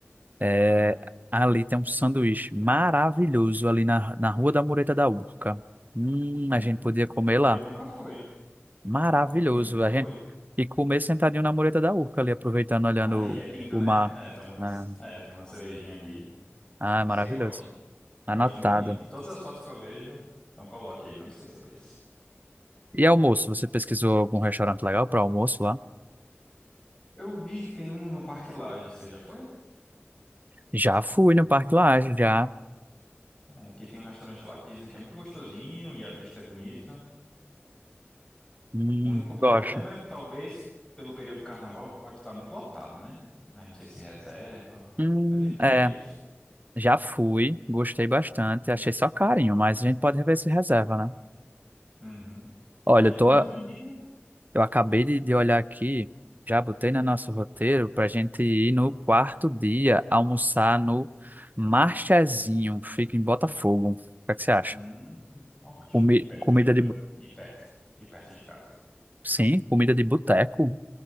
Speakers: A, on the right; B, on the left.
A: é,
B: Hum,
A: ali tem um sanduíche maravilhoso ali na, na Rua da Mureta da Urca. Hum,
B: hum.
A: a gente podia comer lá.
B: E eu nunca fui.
A: Maravilhoso.
B: Ah, ótimo, e eu nunca
A: A
B: fui.
A: gente e comer sentadinho na Mureta da Urca ali, aproveitando, olhando
B: Ah, e é lindo,
A: o,
B: né?
A: o mar.
B: É, tomando,
A: né?
B: é, tomando uma cervejinha ali.
A: Ah,
B: Ai,
A: é maravilhoso.
B: seria ótimo.
A: Anotado.
B: Eu acho muito bonito. Todas as fotos que eu vejo, então coloque aí, não esqueça desse.
A: E almoço, você pesquisou algum restaurante legal para almoço lá?
B: Eu vi que tem um no Parque Lage, você já foi?
A: Já fui no Parque Lage, já.
B: É, que tem um restaurante lá que dizem que é muito gostosinho e a vista é bonita.
A: Hum,
B: O único problema
A: gosto.
B: é, talvez, pelo período do carnaval, pode estar muito lotado, né? Aí não sei se reserva,
A: Hum,
B: mas a gente
A: é.
B: vê isso.
A: Já fui, gostei bastante, achei só carinho, mas a gente pode rever se reserva, né?
B: Uhum.
A: Olha,
B: É,
A: eu
B: pelo
A: tô,
B: menos um dia.
A: eu acabei de, de olhar aqui, já botei no nosso roteiro pra gente ir no quarto dia almoçar no Marchazinho, fica em Botafogo. O que é que você acha?
B: Hum, ótimo.
A: Comi-
B: E perto
A: comida
B: do,
A: de, bu-
B: e perto. E perto de casa.
A: sim, comida de boteco,